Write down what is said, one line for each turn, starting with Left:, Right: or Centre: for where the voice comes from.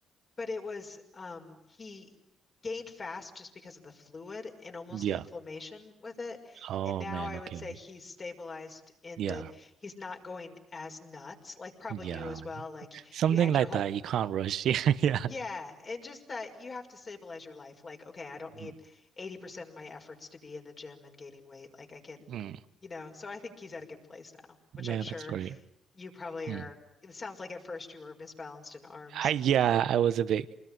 Left: but it was um, he gained fast just because of the fluid and almost
Right: yeah.
Left: inflammation with it.
Right: Oh
Left: And now
Right: man,
Left: I
Right: okay.
Left: would say he's stabilized in
Right: Yeah,
Left: that he's not going as nuts, like probably
Right: yeah.
Left: you as well. Like
Right: Something
Left: you had
Right: like
Left: your whole
Right: that, You e-commerce. <laughs> Yeah, yeah.
Left: yeah, and just that you have to stabilize your life. Like, okay, I don't need
Right: Mm.
Left: 80% of my efforts to be in the gym and gaining weight. Like I can,
Right: mm.
Left: you know, so I think he's at a good place now, which
Right: Yeah,
Left: I'm sure
Right: that's great.
Left: you probably
Right: Mm.
Left: are. It sounds like at first you were misbalanced in arms
Right: I,
Left: and
Right: yeah, I was a bit